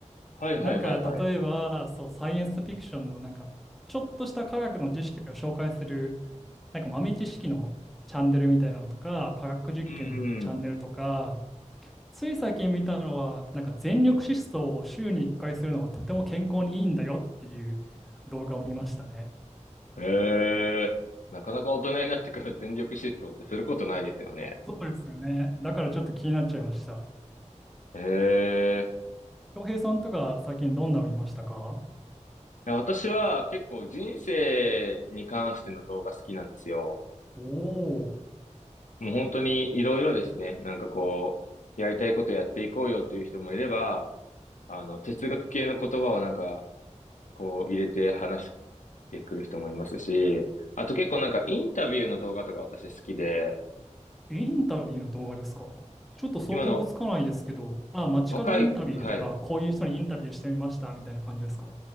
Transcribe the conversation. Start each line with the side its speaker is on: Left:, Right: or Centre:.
Left: はいはいはいはい。
Centre: なんか例えば、
Left: う
Centre: そう、サイエンスフィクションのなんかちょっとした科学の知識を紹介するなんか豆知識のチャンネルみたいなのとか、科学実験のチャンネルとか、
Left: ーん。
Centre: つい最近見たのは、なんか全力疾走を週に1回するのはとても健康にいいんだよっていう動画を見ましたね。
Left: えー、なかなか大人になってから全力疾走ってすることないですよね。
Centre: そうですよね。だからちょっと気になっちゃいました。
Left: えー。
Centre: 恭平さんとか最近どんなの見ましたか
Left: や、私は結構人生に関しての動画好きなんですよ。
Centre: おお
Left: もう本当にいろいろですね。なんかこう、やりたいことやっていこうよという人もいれば、あの、哲学系の言葉をなんか、こう入れて話してくる人もいますし、あと結構なんかインタビューの動画とか私好きで、
Centre: ー、インタビューの動画ですかちょっと想像つかないですけど、
Left: 今の
Centre: あ、街角インタビューとか、
Left: 若い、はい、
Centre: こういう人にインタビューしてみましたみたいな感じですか